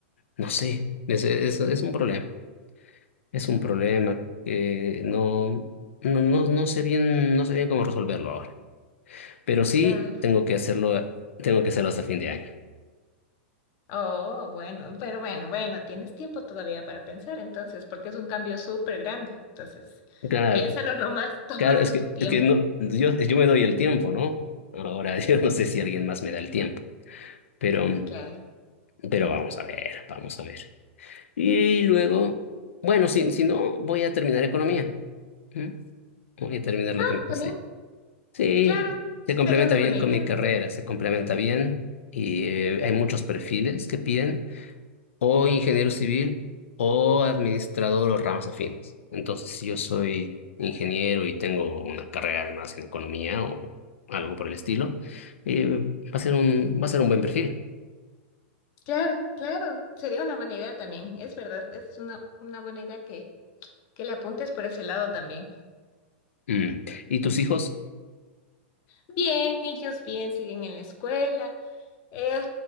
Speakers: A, on the left; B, on the left.
A: no sé, es, es, es un problema, es un problema que no, no, no, no sé bien, no sé bien cómo resolverlo ahora, pero sí
B: claro.
A: tengo que hacerlo, tengo que hacerlo hasta fin de año.
B: Oh, bueno, pero bueno, bueno, tienes tiempo todavía para pensar entonces, porque es un cambio súper grande. Entonces,
A: Claro,
B: piénsalo nomás, <laughs> tómate
A: claro, es
B: tu
A: que,
B: tiempo.
A: es que no, yo, yo me doy el tiempo, ¿no? Ahora <laughs> yo no sé si alguien más me da el tiempo. Pero,
B: Claro.
A: pero vamos a ver, vamos a ver. Y luego, bueno, si, si no, voy a terminar economía. ¿Mm? Voy a terminar lo
B: Ah,
A: que empecé.
B: también,
A: Sí,
B: claro,
A: se complementa
B: sería una
A: bien
B: buena
A: con
B: idea.
A: mi carrera, se complementa bien y eh, hay muchos perfiles que piden o ingeniero civil o administrador o ramas afines. Entonces, si yo soy ingeniero y tengo una carrera además en economía o algo por el estilo, eh, va a ser un, va a ser un buen perfil.
B: Claro, claro, sería una buena idea también, es verdad, es una, una buena idea que, que le apuntes por ese lado también.
A: Mm. ¿Y tus hijos?
B: Bien, ellos bien, siguen en la escuela. Eh,